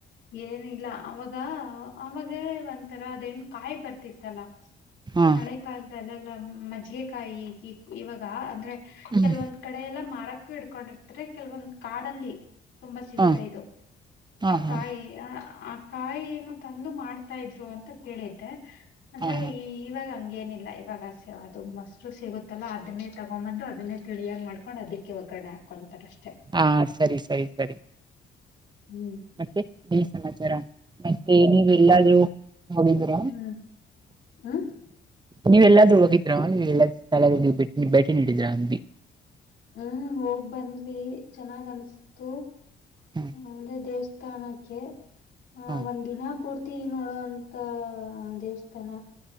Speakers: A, on the left; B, on the right.
A: ಏನಿಲ್ಲ ಅವಾಗ ಅವಾಗ ಒಂಥರ ಅದೇನ ಕಾಯಿ ಬರ್ತಿತ್ತಲ್ಲ. <inaudible>
B: ಹ್ಮ.
A: ಮಳೆ ಕಾಲದಲ್ಲೆಲ್ಲ ಮಜ್ಜಿಗೆ ಕಾಯಿ ಇವಾಗ ಅಂದ್ರೆ
B: ಹ್ಮ್
A: ಕೆಲವೊಂದ ಕಡೆ ಎಲ್ಲಾ ಮಾರಕ್ ಕ್ಕು ಇಡ್ಕೊಂಡಿರ್ತಾರೆ ಕೆಲವೊಂದ ಕಾಡಲ್ಲಿ ತುಂಬಾ ಸಿಗುತ್ತೆ
B: ಹಾ
A: ಇದು.
B: ಹಾ
A: ಆ
B: ಹಾ
A: ಕಾಯಿ ಆ ಕಾಯಿನು ತಂದು ಮಾಡ್ತಾ ಇದ್ರು ಅಂತ ಕೇಳಿದ್ದೆ. ಅಂದ್ರೆ
B: ಹಾ ಹಾ
A: ಈ ಇವಾಗ ಹಂಗೇನಿಲ್ಲ ಇವಾಗ. ಸ ಅದು ಮೊಸರು ಸಿಗುತ್ತಲ್ಲ ಅದನ್ನೇ ತಗೊಂಬಂದು ಅದನ್ನೇ ತಿಳಿಯಾಗ ಮಾಡ್ಕೊಂಡ ಅದಕ್ಕೆ ಒಗ್ಗರಣೆ ಹಾಕೊಂತಾರ ಅಷ್ಟೇ.
B: ಆ ಸರಿ ಸರಿ ಸರಿ.
A: ಹ್ಮ್
B: ಮತ್ತೆ ಏನ್ ಸಮಾಚಾರ ಮತ್ತೆ ನೀವ ಎಲ್ಲಾದ್ರೂ ಹೋಗಿದರಾ.
A: ಹ್ಮ್ ಹ್ಮ್
B: ನೀವು ಎಲ್ಲಾದ್ರು ಹೋಗಿದ್ರ ನೀ ಎಲ್ಲ ಸ್ಥಳಗಳ ಭೇಟಿ ನೀಡಿದ್ರಾ ಅಂಬಿ.
A: ಹ್ಮ್ ಹೋಗ್ ಬಂದ್ವಿ ಚೆನ್ನಾಗ್ ಅನ್ಸ್ತು
B: ಹ್ಮ್
A: ಅಂದ್ರೆ ದೇವಸ್ಥನಾ ದೇವಸ್ಥಾನ ಆ
B: ಹ್ಮ್
A: ಒಂದ್ ದಿನ ಪೂರ್ತಿ ನೋಡೋಂತ ದೇವಸ್ಥಾನ.